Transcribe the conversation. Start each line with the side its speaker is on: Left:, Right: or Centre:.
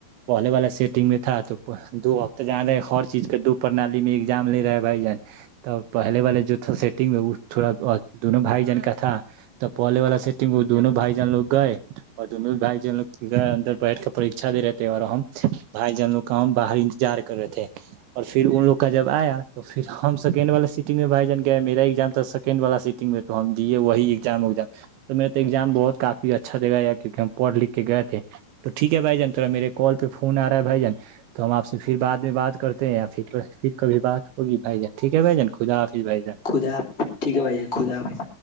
Right: پہلے والا سیٹنگ میں تھا تو دو ہفتے جان رہے ہر چیز کے دو پرنالی میں ایگزام لے رہے بھائی جان تب پہلے والا جو تھا سیٹنگ میں وہ تھوڑا دونوں بھائی جان کا تھا تو پہلے والا سٹنگ میں وہ دونوں بھائی جان لوگ گئے اور دونوں بھائی جان لوگ گئے اندر بیٹھ کے پرکچھا دے رہے تھے اور ہم بھائی جان لوگ کا ہم باہر انتظار کر رہے تھے اور پھر ان لوگ کا جب آیا تو پھر ہم سیکنڈ والا سیٹ سیٹنگ میں بھائی جان گیا میرا ایگزام تھا سیکنڈ والا سیٹنگ میں تو ہم دیے وہی ایگزام وگزام تو میرا تو ایگزام بہت کافی اچھا جگا یا کیونکہ ہم پڑھ لکھ کے گئے تھے تو ٹھیک ہے بھائی جان تھڑا میرے کال پہ فون آ رہا ہے بھائی جان تو ہمپ سے پھر بعد میں بات کرتے ہیں یا پھر پھر کبھی بات ہوگی بھائی جان ٹھیک ہے بھائی جان خدا حافظ بھائی جان
Left: خودا ٹھیک ہے بائی جے خودا بس